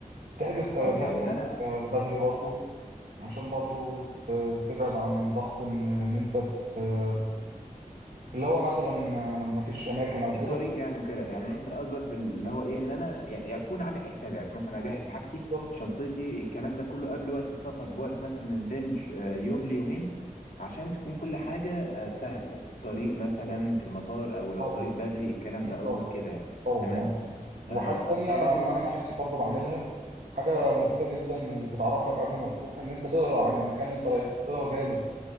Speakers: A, on the right (about 80°); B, on the left (about 80°).
A: تحجز تذاكرك
B: اه يعني ان انا
A: آه، بدري برضو عشان برضو ت- تبعد عن ضغط ان إن انت آه، اللي هو مثلا آه، مفيش اماكن او
B: الطريق
A: كده
B: يعني وكده يعني انت قصدك بال- اللي هو ايه ان انا ي- اكون عامل حسابي يعني مثلا اجهز حاجتي
A: بالظبط
B: شنطتي الكلام ده كله قبل وقت السفر بوقت مثلا من رينج آه، يوم ليومين عشان تكون كل حاجة آه، سهلة في الطريق مثلا في المطار او لو
A: طبعا
B: طريق بري الكلام
A: اكيد
B: ده قصدك
A: طبعا
B: كده يعني
A: طبعا
B: تمام
A: اه وحاجه
B: آه،
A: تانية
B: انا برضو
A: انا
B: جمعت
A: انا
B: ش-
A: نفسي برضو بعملها حاجه مفيده جدا وبتعرفك قبل ما بتروح ان انت تقرا عن المكان اللي انت رايحه تقرا جامد